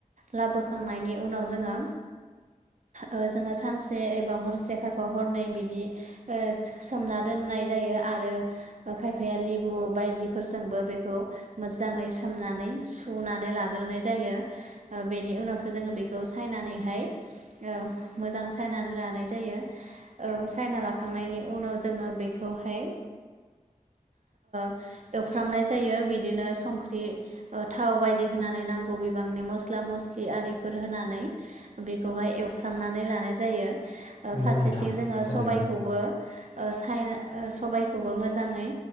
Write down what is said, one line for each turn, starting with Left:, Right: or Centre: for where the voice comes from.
Right: लाबोखांनायनि उनाव जोङो ओ जोङो सानसे एबा हरसे खायफा हरनै बिद बिदि ओ सोमना दोननाय जायो आरो खायफाया लेबु बायदिफोरजोंबो बेखौ मोजाङै सोमनानै सुनानै लाग्रोनाय जायो ओ बेनि उनाव सो जोङो बेखौ सायनानैहाय ओ मोजां सनानै लानाय जायो ओ सायनालाखांनायनि उनाव जोङो बेखौ हाय एवफ्रामनाय जायो बिद बिदिनो संख्रि थाव बायदि होनानै नांगौ बिबांनि मस्ला मस्लि आरिफोर होनानै बेखौहाय एवफ्रनानै नै लानाय जायो आरो
Left: नंगौ
Right: फारसेथिं
Left: नोंथां
Right: जोङो
Left: थारैनो
Right: सबाइखौबो ओ सायना सबायाइखौबो मोजाङै